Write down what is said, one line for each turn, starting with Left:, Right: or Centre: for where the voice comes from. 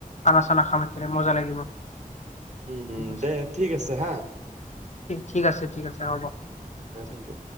Left: খানা চানা খাম, একেলগে মজা লাগিব।
Right: উম
Left: ঠিক আছে
Right: দে ঠিক আছে হা।
Left: ঠিক আছে ঠিক আছে হ'ব।
Right: হয় থেংক ইউ।